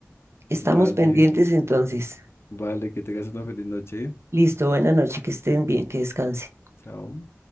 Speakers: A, on the right; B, on the left.
A: Estamos
B: vale,
A: pendientes entonces.
B: vale, que tengas una feliz noche,
A: Listo, buena noche, que estén bien, que descansen.
B: chao.